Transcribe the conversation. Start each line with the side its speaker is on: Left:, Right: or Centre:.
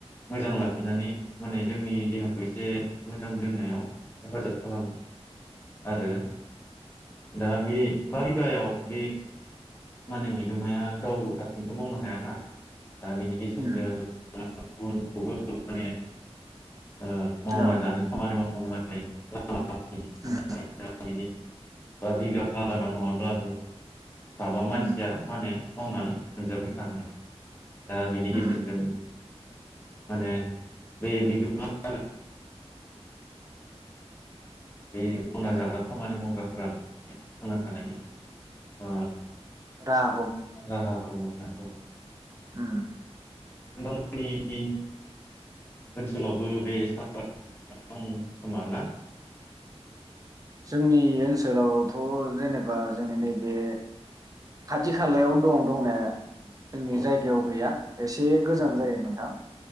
Left: मोजां लाखिनानै माने जोंनि देहाखौ एसे मोजां दोननायाव हेफाजाब खालामो। आरो दा बे बा बिगायाव बे मानो बिगोमाया गाव हारसिंथ' मावनो हाया ना। दा बेनि गेजेरजों
Right: उम
Left: <unintelligible> ओ मावना
Right: औ
Left: जानो खामानि माव <unintelligible>
Right: उम
Left: <unintelligible> नि बा बिगा बागानाव नङाब्लाबो साबा
Right: उम
Left: मानसिया मानो मावनानै मोनजाबाय थानो हायो। दा बेनि
Right: उम
Left: गेजेरजों माने बे बिगोमा बे मावना जाग्रा खामानि मावग्राफोराबो थांना थानायनि ओ
Right: राहा
Left: राहाखौ मोनो। औ।
Right: उम।
Left: नोंथांमोननि ओनसोलावबो बे <inaudible> दं खोमा ना
Right: जोंनि ओनसोलावथ जेनेबा जोंनि नैबे खाथि खालायाव दं दंनाया जोंनि
Left: औ
Right: जायगायाव गैया एसे गोजान
Left: औ
Right: जायो नोंथां